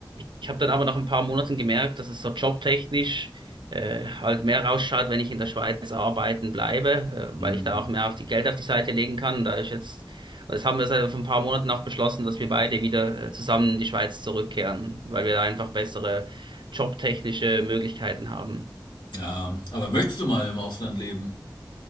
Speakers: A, on the right (about 85°); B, on the left (about 80°).
A: Ich habe dann aber nach ein paar Monaten gemerkt, dass es so jobtechnisch äh, halt mehr rausschaut, wenn ich in der Schweiz arbeiten bleibe, äh,
B: Hm.
A: weil ich da auch mehr auf die Geld auf die Seite legen kann. Da ist jetzt, also das haben wir seit vor ein paar Monaten auch beschlossen, dass wir beide wieder äh, zusammen in die Schweiz zurückkehren, weil wir da einfach bessere jobtechnische Möglichkeiten haben.
B: Ja, aber möchtest du mal im Ausland leben?